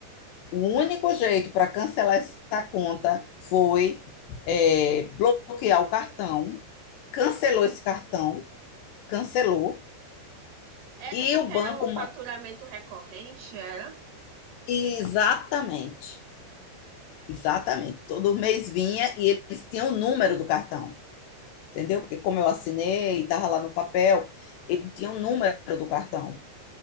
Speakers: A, on the left (about 75°); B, on the right (about 65°).
A: O único jeito para cancelar essa conta foi é, bloquear o cartão. Cancelou esse cartão, cancelou.
B: Era
A: E
B: porque
A: o
B: era
A: banco.
B: um faturamento recorrente, era?
A: Exatamente, exatamente. Todo mês vinha e eles tinham o número do cartão. entendeu? Porque como eu assinei, estava lá no papel, ele tinha um número do cartão.